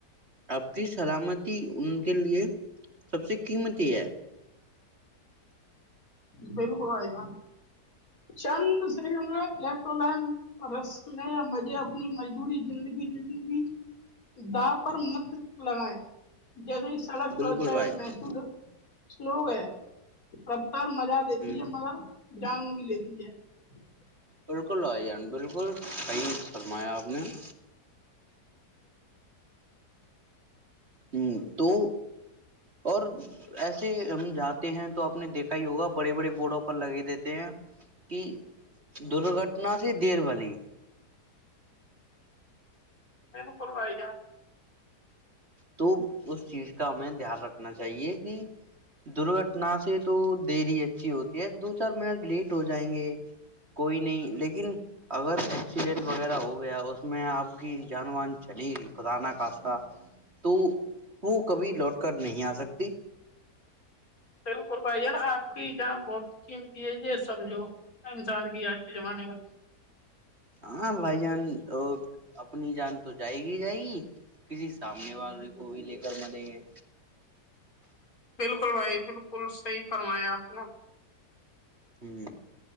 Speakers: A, on the right; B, on the left.
A: آپ کی سلامت ان کے لیے سب سے قیمتی ہے-
B: بالکل بھائی جان چند سے الیکٹر لائن رس لیں یا مجھے اپنی مجبوری زندگی جیتنے کی داو پر مت لگائیں جیسے سڑک
A: بالکل
B: تو
A: بھائی جان
B: محسوس ہو لوگ ہے کب سر مزہ دیتی
A: ہ
B: ہے مگر جان ج س <unintelligible>
A: بالکل آان بالکل صحیح فرمایا آپ نے <unintelligible> ہ تو اور ایسے ہم جاتے ہیں تو آپ نے دیکھا ہی ہوگا بڑے بڑے بورڈوں پر لگے دیتے ہیں کہ درگھٹنا سے دیر بھلی
B: ب کلوائی جان <unintelligible>
A: تو اس چیز کا ہمیں دھیان رکھنا چاہیے کہ درگھٹنا سے تو دری اچھی ہوتی ہے دو چار منٹ لیٹ ہو جائیں گے کوئی نہیں لیکن اگر ایکسیڈینٹ وغیرہ ہو گیا اس میں آپ کی جان وان چلی گئی خد ن کاسہ <unintelligible> تو وہ کبھی لوٹ کر نہیں آ سکتی
B: تیل کروا یہ <unintelligible> آپ کی جان بہت اھی یہ یہ سمجھو انسان کی آج کے زمانے میں <unintelligible>
A: ہاں بھائی جان اپنی جان تو جائے گی جائے گی کسی سامنے والے کو بھی لے کر مریں گے
B: بالکل بھائی بالکل صحیح کروایا آپ نے
A: ہوں